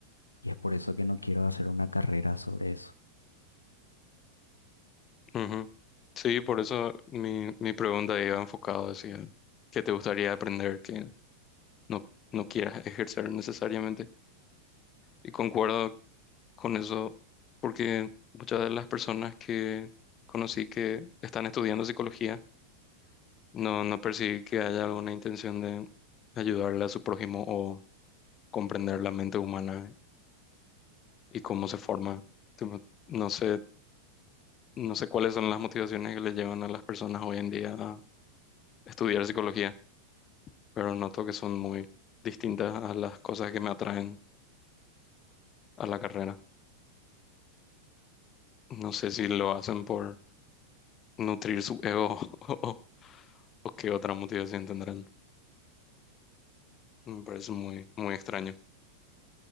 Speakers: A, on the left; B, on the left.
A: Y es por eso que no quiero hacer una carrera sobre eso.
B: ujú. Sí, por eso mi, mi pregunta iba enfocado hacia el que te gustaría aprender, que no, no quieras ejercer necesariamente. Y concuerdo con eso, porque muchas de las personas que conocí que están estudiando psicología, no, no percibí que haya alguna intención de ayudarle a su prójimo o comprender la mente humana y cómo se forma. Tipo, No sé, no sé cuáles son las motivaciones que le llevan a las personas hoy en día a estudiar psicología, pero noto que son muy distintas a las cosas que me atraen a la carrera. No sé si lo hacen por nutrir su ego <laughs> o, o qué otra motivación tendrán. Me parece muy, muy extraño.